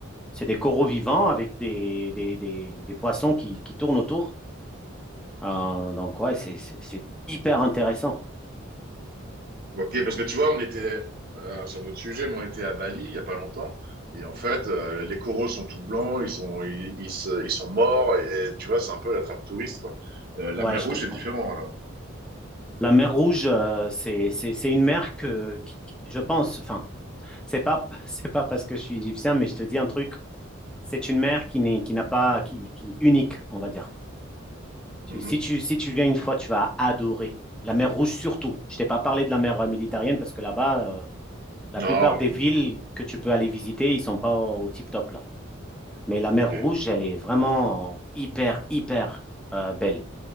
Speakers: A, in the centre; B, on the right.
A: C'est des coraux vivants avec des, des, des, des poissons qui, qui tournent autour. Euh, donc, ouais, c'est, c'est c'est hyper intéressant.
B: Ok, parce que tu vois, on était, euh, c'est un autre sujet, mais on était à Bali il y a pas longtemps, et en fait, euh, les coraux sont tout blancs, ils sont, ils, ils se- ils sont morts, et, et tu vois, c'est un peu la trappe touriste, quoi. Euh, la
A: Ouais,
B: mer
A: je
B: Rouge,
A: comprends.
B: c'est différent, alors.
A: La mer Rouge, euh, c'est, c'est, c'est une mer que, qui- qui- je pense, enfin, c'est pas, <laughs> c'est pas parce que je suis égyptien, mais je te dis un truc, c'est une mer qui n'est, qui n'a pas, qui, qui est unique, on va dire. Tu-
B: Mhm.
A: si tu, si tu viens une fois, tu vas adorer. La mer Rouge surtout. Je t'ai pas parlé de la mer euh, Méditerranée parce que là-bas, euh, la
B: Non,
A: plupart des villes que tu peux aller visiter, ils sont pas au, au tip-top là. Mais la mer
B: ok.
A: Rouge, elle est vraiment hyper, hyper euh, belle.